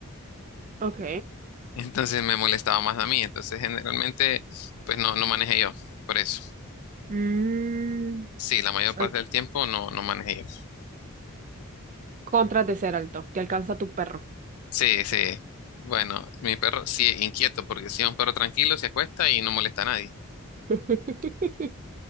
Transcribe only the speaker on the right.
Ok.
Mm,
ah,
Contras de ser alto, que alcanza tu perro.
<laughs> <laughs>